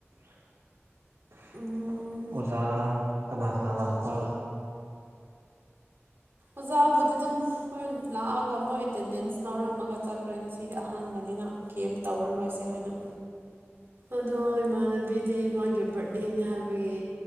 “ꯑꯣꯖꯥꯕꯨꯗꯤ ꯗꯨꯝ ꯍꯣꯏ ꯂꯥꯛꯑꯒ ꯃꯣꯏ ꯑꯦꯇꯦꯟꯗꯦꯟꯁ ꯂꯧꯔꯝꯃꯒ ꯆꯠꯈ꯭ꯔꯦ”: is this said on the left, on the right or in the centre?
Right